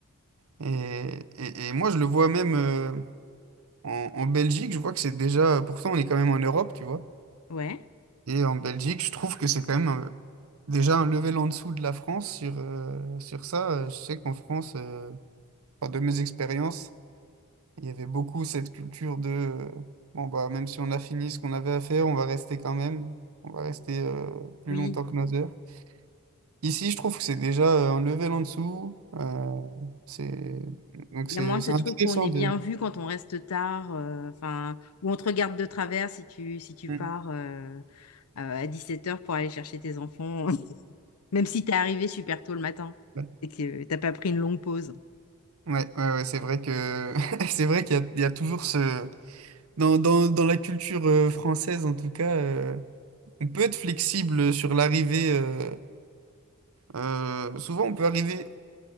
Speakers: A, on the right; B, on the left.
A: Et, et, et moi, je le vois même euh, en, en Belgique, je vois que c'est déjà, pourtant on est quand même en Europe, tu vois.
B: Ouais.
A: Et en Belgique, je trouve que c'est quand même euh, déjà un level en dessous de la France sur, euh, sur ça. Euh, Je sais qu'en France, euh, enfin, de mes expériences, il y avait beaucoup cette culture de euh, bon bah même si on a fini ce qu'on avait à faire, on va rester quand même, on va rester euh, plus
B: Oui.
A: longtemps que nos heures. Ici, je trouve que c'est déjà euh, un level en dessous. euh, c'est donc
B: Il
A: c'est
B: y a moins de
A: c'est
B: ce truc
A: intéressant
B: où on est
A: de.
B: bien vu quand on reste tard, euh, enfin, où on te regarde de travers si tu, si tu
A: Mm.
B: pars euh, à à 17 heures pour aller chercher tes enfants, <laughs> même si t'es arrivé super tôt le matin
A: Ouais,
B: et que t'as pas pris une longue pause.
A: ouais, ouais, c'est vrai que <laughs> c'est vrai qu'il y a, il y a toujours ce Dans, dans, dans la culture euh, française, en tout cas, euh, on peut être flexible euh, sur l'arrivée. euh, euh, souvent, on peut arriver